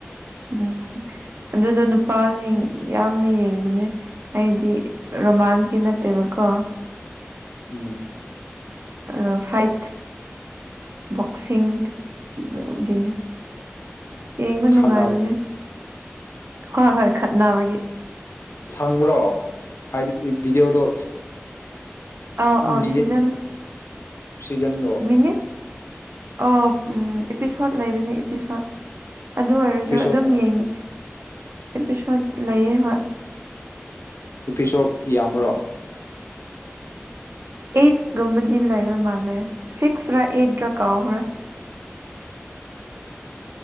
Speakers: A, on the right; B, on the left.
A: ꯎꯝ ꯑꯗꯨꯗ ꯅꯨꯄꯥꯁꯤꯡ ꯌꯥꯝꯅ ꯌꯦꯡꯕꯅꯦ ꯑꯩꯗꯤ ꯔꯣꯃꯥꯟꯁꯀꯤ ꯅꯠꯇꯦꯕꯀꯣ
B: ꯎꯝ
A: ꯑ ꯐꯥꯏꯠ ꯕꯣꯛꯁꯤꯡ ꯒꯤꯅꯦ ꯌꯦꯡꯕ ꯅꯨꯡꯉꯥꯏꯕꯅꯦ
B: ꯈꯟꯅꯕ
A: ꯍꯣꯏ ꯍꯣꯏ ꯈꯠꯅꯕꯒꯤ
B: ꯁꯥꯡꯕ꯭ꯔꯣ ꯍꯥꯏꯕꯗꯤ ꯚꯤꯗꯤꯑꯣꯗꯣ꯫
A: ꯑꯧ ꯑꯧ
B: ꯃꯤꯅꯤꯠ
A: ꯁꯤꯖꯟ
B: ꯁꯤꯖꯟꯂꯣ꯫
A: ꯃꯤꯅꯤꯠ ꯑꯣ ꯎꯝ ꯑꯦꯄꯤꯁꯣꯠ ꯂꯩꯕꯅꯤ ꯑꯦꯄꯤꯁꯣꯠ ꯑꯗꯨ ꯑꯣꯏꯔꯁꯨ
B: ꯏꯄꯤꯁꯣꯠ
A: ꯑꯗꯨꯝ ꯌꯦꯡ꯫ ꯑꯄꯤꯁꯣꯠ ꯂꯩꯌꯦ ꯍꯣꯏ꯫
B: ꯑꯄꯤꯁꯣꯠ ꯌꯥꯝꯕꯔꯣ꯫
A: ꯑꯦꯠ ꯀꯨꯝꯕꯗꯤ ꯂꯩꯕ ꯃꯥꯜꯂꯦ ꯁꯤꯛꯁꯔꯥ ꯑꯦꯠꯔꯥ ꯀꯥꯎꯒꯔ꯭ꯦ꯫